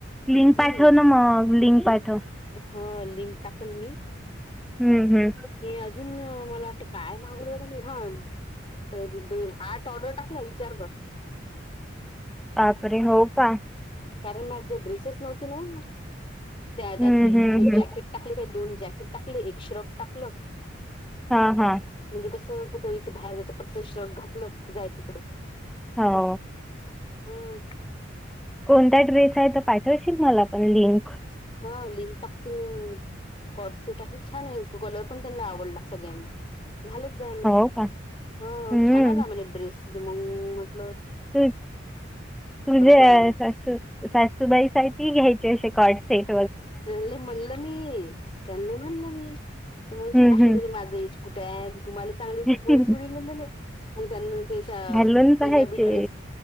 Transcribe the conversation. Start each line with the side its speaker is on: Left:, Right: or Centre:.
Centre: लिंक
Left: हम््
Centre: पाठव ना मग लिंक पाठव
Left: ह लिंक टाकल मी.
Centre: हम्म हम्म
Left: अजून मला वाटते काय मागूलं मी हान. द आठ ऑर्डर टाकला विचार कर.
Centre: बापरे! हो का.
Left: कारण मग जो ड्रेसेस नव्हती न त्या
Centre: हम्म
Left: त्यातली
Centre: हम्म हम्म
Left: जॅकेट टाकली काही दोन जॅकेट टाकलं एक श्रग टाकलं
Centre: हा हा
Left: म्हणजे कस. कुठं इथे बाहेर जात पटक श्रक घातलं जाय तिकडं
Centre: हो.
Left: होम.
Centre: कोणता ड्रेस आहे तर पाठवाशील मला पण लिंक
Left: हा लिंक टाकते. कॉडसेट आहे छान आहे कलर पण त्यांना आवडला सगळ्यांना घालत जाय म्हणे
Centre: हो का
Left: ह
Centre: हम्म
Left: छान आला म्हणे ड्रेस मग म्हटल.
Centre: तु तुझ्या
Left: कर म्हणे
Centre: सासू सासूबाई सा घ्यायची श. कोडसेट
Left: त्यांले म्हणल मी त्यांनी म्हणल मी. तर मग
Centre: हम्म
Left: नाही म्हणे माझं कुठे आहे तुम्हाला चांगलेच
Centre: हम्म
Left: ते पोरीस उरले म्हणे मग त्यांना.
Centre: घालून
Left: पंजाबी
Centre: पाहायचे
Left: ड्रेस.